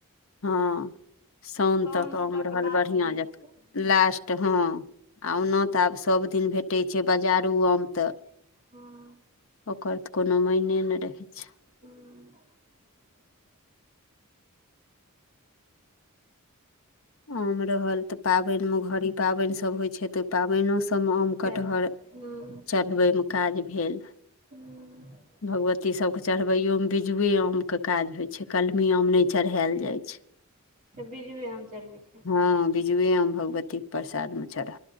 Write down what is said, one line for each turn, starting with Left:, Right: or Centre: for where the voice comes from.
Left: हँ सान
Right: साउन
Left: तक आम रहल
Right: लास्ट
Left: बढ़िया
Right: रहैत
Left: जेका
Right: हेतै
Left: लास्ट हँ आ ओना
Right: हूँ
Left: तऽ आब सभदिन भेटै छै बजारू आम त
Right: हूँ।
Left: ओकर तऽ कोनो मायने नहि रहे छै
Right: ह
Left: आम रहल तऽ पाबनिमे घड़ी पाबनि सभ होइ छै तऽ ओहि पाबनो सभ सभ आम
Right: चढ़ल
Left: कटहर
Right: हूँ
Left: चढ़बैमे काज भेल
Right: ह
Left: भगवती सभकेँ चढ़बैयओ मे बिजुए आमके काज होइ छै कलमी आम नहि चढ़ायल जाइ छै।
Right: बीजुए आम चढ़बै छै
Left: हँ, बिजुए आम भगवतीके प्रसाद मे चढ़ऽ